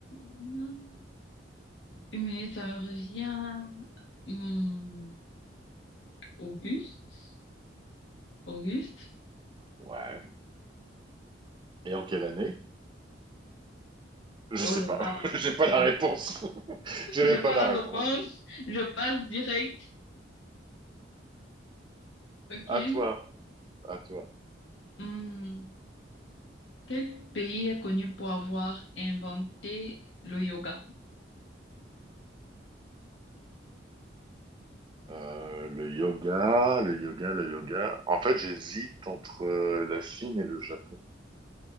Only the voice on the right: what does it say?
Ouais. Et en quelle année? Je
sais
pas. <laughs> J'ai pas
la réponse. <laughs> J'ai
même
pas la
réponse.
À toi. À toi.
Euh, le yoga, le yoga, le yoga. En fait, j'hésite entre euh, la Chine et le Japon.